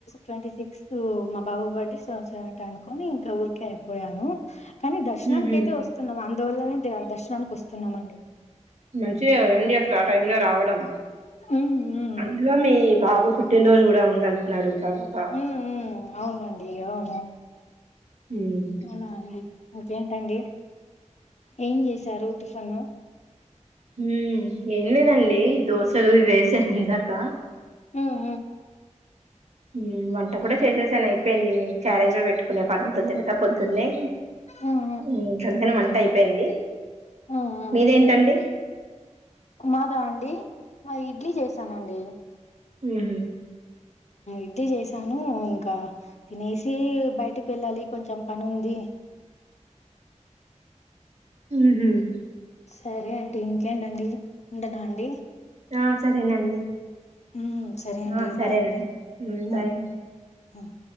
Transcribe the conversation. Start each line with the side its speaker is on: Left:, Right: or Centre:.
Left: ట్వంటీ సిక్స్త్ మా బాబు బర్త్డే సంవత్సరంట అనుకొని ఇంకా ఊరికే అయిపోయాను కానీ దర్శనానికి
Right: ఉహు
Left: అయితే వస్తున్నాం అ అందువల్లనే దర్శనానికి వస్తున్నామండి
Right: మంచిదివదండి అస్ ఆ టైంలో రావడం
Left: ఉమ్ ఉమ్
Right: అందులో మీ బాబు పుట్టినరోజు కూడా ఉం ఉందంటున్నారు తర్వాత
Left: హ్మ్ హ్మ్ అవునండి అవును
Right: ఉమ్
Left: అవునా అండి ఇంకేంటండి ఏం చేసారు టిఫను
Right: హ్మ్ ఏం లేదండి దోసలు ఇవేస్ శా ఇందాక
Left: ఉమ్
Right: హ్మ్ వంట కూడా చేసేసాను అయిపోయిందండి క్యారేజ్ లో పెట్టుకునే పని ఉంటుంది కదా పొద్దున్నే
Left: ఉమ్
Right: హ్మ్ అందుకన్ అయిపోయింది
Left: హ్మ్ హ్మ్
Right: మీదేంటండి
Left: మాదా అండి మాది ఇడ్లీ చేసానండి
Right: హ్మ్
Left: ఇడ్లీ చేశాను ఇంకా తినేసి బయటకి వెళ్ళాలి కొంచెం పని ఉంది.
Right: ఊ హ్మ్
Left: సరే అండి ఇంకేంటండి ఉండనా అండి
Right: ఆ సరేనండి
Left: హ్మ్ సరే అండి
Right: ఆ సరేనండి
Left: బాయ్ అండి హ్మ్
Right: బాయ్ అండి
Left: హ్మ్